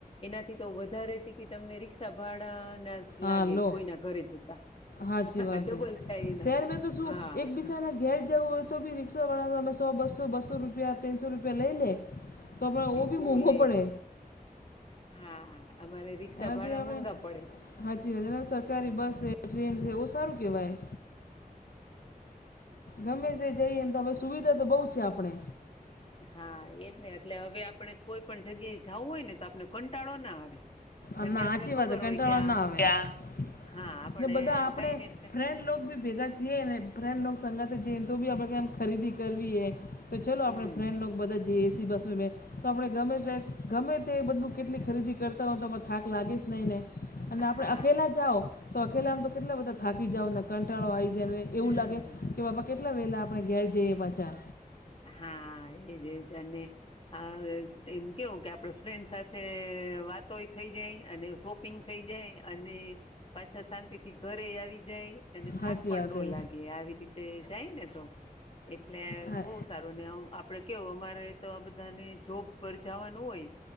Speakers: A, on the left (about 35°); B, on the left (about 75°).
A: એનાથી તો વધારે ટિકિટ અમને રિક્ષા ભાડા ના
B: હા
A: લાગે.
B: લો
A: કોઈના ઘરે જતા,
B: સાચી
A: ડબલ
B: વાત હે
A: થાય એના,
B: શહેરમાં તો શું
A: હા.
B: એકબીજાના ઘેર જવુ હોય તો બી રિક્ષા વાળાને અમે સો બસો બસો રૂપિયા તીનસો રૂપિયા લઈ લે. તો આપણે ઓ બી
A: બહુ
B: મોંઘો
A: લે,
B: પડે
A: હા અમારે રિક્ષા
B: એનાથી
A: ભાડા
B: આપણે
A: મોંઘા પડે.
B: સાચી વાત એને સરકારી બસ ટ્રેન રેવું સારું કેહેવાય. ગમે તે જઈએને તો હવે સુવિધા તો બહુ છે આપડે.
A: હા એજને એટલે હવે આપણે કોઈ પણ જગ્યાએ જાવું હોયને, તો આપણે કંટાળો ના આવે. કારણ
B: અમા
A: કે આપણને
B: આચી
A: ખબર
B: વાત હે કંટાળો
A: હોય કે આ
B: ના આવે.
A: હા આપણે
B: રે બધા આપડે
A: કઈ ને કઈ
B: ફ્રેન્ડ લોગબી ભેગા થએને, પ્રેમ લોગ સંગાતે જોઈએ તો બી આપડે એમ ખરીદી કરવી એ તો ચાલો
A: હમ
B: આપડે ફ્રેન્ડ લોગ બધા જે એસી બસની બે, તો આપડે ગમે તે ગમે તે બધું કેટલી ખરીદી કરતા હોય તો બ થાક લાગીશ નહીં ને અને
A: હા
B: આપડે અકેલા જાઓ તો અખેલા આમ તો કેટલા બધા થાકી જાવ ને કંટાળો આવી જાય ને
A: હમ
B: એવું લાગે. તો આપા કેટલા વેલા આપણે ઘેર જઈએ પાછા.
A: હા એજ એજ અને હ એમ કેવું કે, આપડે ફ્રેન્ડ સાથે વાતોય થઈ જાય અને ફો પિંક થઈ જાય અને પાછા શાંતિથી ઘરે આવી જાય અને
B: સાચી
A: થાક પણ
B: વાત
A: ન
B: હે
A: લાગે આવી રીતે જાય ને તો એટલે
B: હા
A: બઉ તો ને આમ આપડે કેવું અમારે તો આ બધાને જોબ પર જવાનું હોય